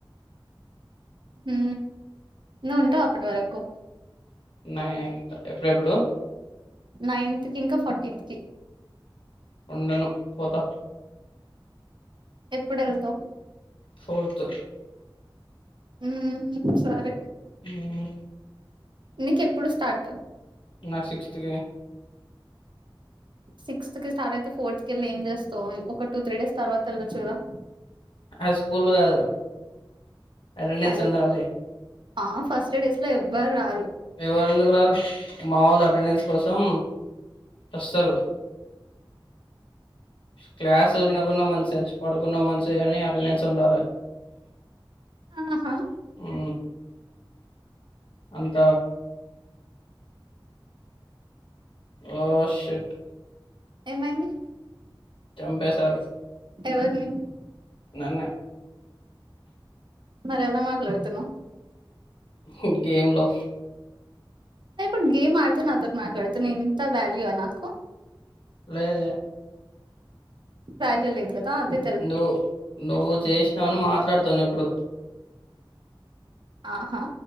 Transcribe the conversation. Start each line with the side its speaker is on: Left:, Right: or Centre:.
Right: ఊ నువ్వు ఉంటావు అప్పటి వరకు
Left: నైన్త్ ఎప్పుడెప్పుడు
Right: నైన్త్ కి ఇంకా ఫోర్టీన్త్ కి
Left: ఉండను పోత
Right: ఎప్పుడు వెళ్తవ్
Left: ఫోర్త్
Right: ఊ సరే
Left: ఉమ్,
Right: నీకెప్పుడు స్టార్ట్
Left: నాకు సిక్స్త్కి కి
Right: సిక్స్ కి స్టార్ట్ అయితే ఫోర్త్ కి వెళి ఏం చేస్తావు ఒక టూ త్రీ డేస్ తర్త వెళ్వచ్చు కదా
Left: అది స్కూల్ కాదు అటెండెన్స్
Right: అయ్యో
Left: ఉండాలి
Right: ఆ ఫస్ట్ డేస్ ల ఎవ్వరు రారు
Left: ఎవరు ఎందుకు రారు మా ఒల్ అటెండెన్స్ కోసం అస్తరు క్లాస్ వినకున్న మంచిదే చచ్చి పడుకున్న మంచిదే గాని అటెండెన్స్ ఉండాలి
Right: ఆహా
Left: ఉ అంత ఓ షీట్
Right: ఏమైంది
Left: చంపేశారు
Right: ఎవర్ నీ
Left: నన్నే
Right: మరి ఎలా మాట్లడుతున్నావ్
Left: హి గేమ్ లో
Right: నయిప్పుడు గేమ్ ఆడుతు నాతో మాట్లాడత ఇంత వ్యాల్యూ ఆ నాకు
Left: లేలే
Right: ప్యాంటు లో లేదు కదా అదే
Left: నువ్వు నువ్వు చేసినావుని మాట్లాడుతున్న ఇప్పుడు
Right: ఆహా